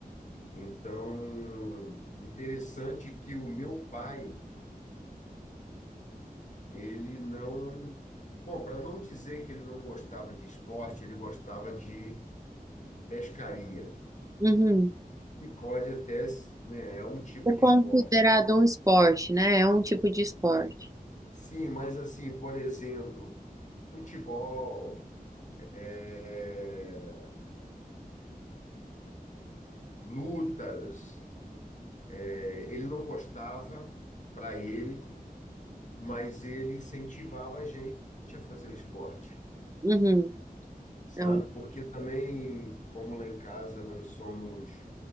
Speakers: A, on the left; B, on the right.
A: Então, interessante que o meu pai, ele não, bom, para não dizer que ele não gostava de esporte, ele gostava de pescaria,
B: uhum.
A: que pode até, né, é um tipo
B: É considerado
A: de esporte.
B: um esporte, né? É um tipo de esporte.
A: Sim, mas assim, por exemplo, futebol, é, lutas, é, ele não gostava para ele, mas ele incentivava a gente a fazer o esporte.
B: Uhum.
A: sabe?
B: Então,
A: Porque também, como lá em casa nós somos